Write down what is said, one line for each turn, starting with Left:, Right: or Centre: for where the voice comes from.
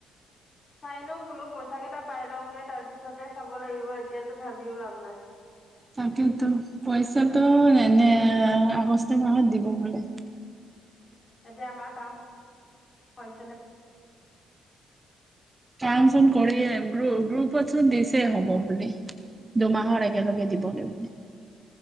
Left: চাই লওঁ বোলো, পইচা কেইটা পাই লওঁগে, তাৰ পিছতে চাব লাগিব এতিয়াতো ভাবিও লাভ নাই।
Right: তাকেইতো পইচাটো এনে আগষ্ট মাহত দিব বোলে।
Left: এতিয়া আমাৰ কাম হৈছে নে।
Right: কাম চোন কৰিছে, গ্ৰুপ গ্ৰুপত চোন দিছে হ'ব বুলি। দুমাহৰ একেলগে দিবগৈ।